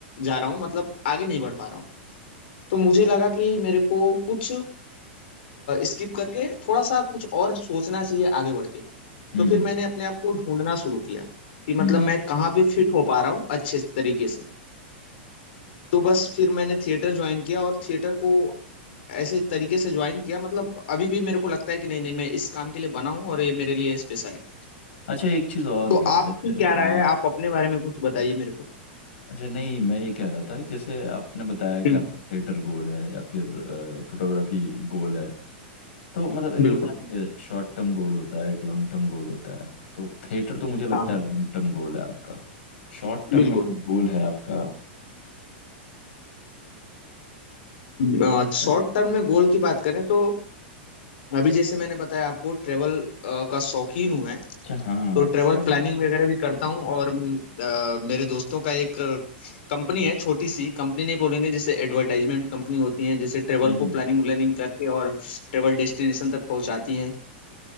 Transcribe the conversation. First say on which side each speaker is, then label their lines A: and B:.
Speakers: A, on the left (about 65°); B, on the left (about 85°).
A: जा रहा हूँ मतलब आगे नहीं बढ़ पा रहा हूँ तो मुझे लगा कि मेरे को कुछ स्किप करके थोड़ा सा कुछ और सोचना चाहिए आगे बढ़ के
B: हम्म
A: तो फिर
B: हम्म
A: मैंने अपने आप को ढूंढना शुरू किया कि
B: हम्म।
A: मतलब मैं कहाँ पे फिट हो पा रहा हूँ अच्छे तरीके से तो बस फिर मैंने थिएटर ज्वाइन किया और थिएटर को ऐसे तरीके से ज्वाइन किया मतलब अभी भी मेरे को लगता है कि नहीं नहीं मैं इस काम के लिए बना हूँ और ये मेरे लिए स्पेशल है
B: अच्छा एक चीज और
A: तो
B: भी
A: आपकी
B: है जैसे
A: क्या
B: हाँ
A: राय है आप अपने बारे में कुछ बताइए मेरे को
B: अच्छा नहीं मैं ये कह रहा था कि जैसे आपने बताया कि
A: हम्म,
B: आपका थिएटर गोल है या फिर फोटोग्राफी गोल है तो मतलब एक
A: बिल्कुल
B: होता है ना कि शॉर्ट टर्म गोल होता है एक लॉन्ग टर्म गोल होता है तो थिएटर तो मुझे लगता
A: हाँ हाँ
B: है लॉन्ग टर्म गोल है आपका शॉर्ट टर्म
A: बिल्कुल
B: में कोई गोल है आपका
A: हाँ शॉर्ट
B: अच्छा
A: टर्म में गोल की बात करें तो अभी जैसे मैंने बताया आपको ट्रेवल का शौकीन हूँ मैं
B: हाँ
A: तो
B: ट्रेवल
A: ट्रेवल प्लानिंग वगैरह भी करता हूँ और अ, मेरे दोस्तों का एक कंपनी है छोटी सी कंपनी नहीं बोलेंगे जैसे एडवर्टाइजमेंट कंपनी होती है जैसे ट्रेवल
B: हम्म
A: को प्लानिंग व्लानिंग करके और ट्रेवल डेस्टिनेशन तक पहुंचाती है